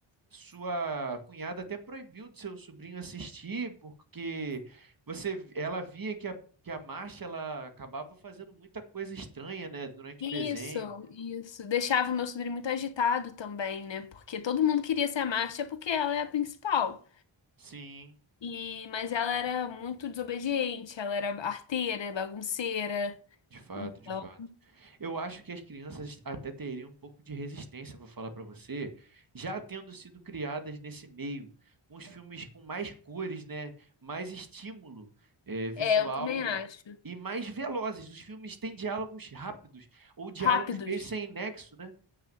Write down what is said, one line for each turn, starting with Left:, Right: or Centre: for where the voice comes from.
Right: sua cunhada até proibiu do seu sobrinho assistir, porque você, ela via que a, que a Marcia ela acabava fazendo muita coisa estranha, né, durante
Left: Isso,
Right: o desenho.
Left: isso. Deixava o meu sobrinho muito agitado também, né? Porque todo mundo queria ser a Marcia porque ela é a principal.
Right: Sim.
Left: E, mas ela era muito desobediente, ela era arteira, bagunceira.
Right: De fato,
Left: Então,
Right: de fato. Eu acho que as crianças até teriam um pouco de resistência, vou falar para você, já tendo sido criadas nesse meio, com os filmes com mais cores, né? Mais estímulo, eh, visual
Left: é, eu também acho.
Right: e mais velozes. Os filmes têm diálogos rápidos ou diálogos
Left: Rápidos.
Right: meio sem nexo, né?